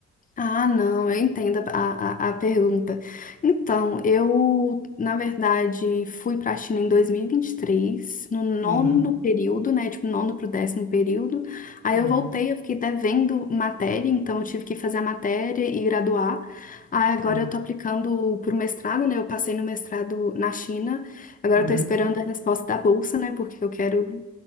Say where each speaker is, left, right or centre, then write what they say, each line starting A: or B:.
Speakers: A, on the left; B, on the left.
A: Ah, não, eu entendo a, a, a pergunta. Então, eu, na verdade, fui para a China em 2023, no nono
B: Uhum,
A: período, né? Tipo, nono para o décimo período. Aí
B: uhum,
A: eu voltei, eu fiquei devendo matéria, então eu tive que fazer a matéria e graduar. Aí agora
B: uhum,
A: eu tô aplicando para o mestrado, né? Eu passei no mestrado na China. Agora
B: uhum.
A: eu tô esperando a resposta da bolsa, né? Porque eu quero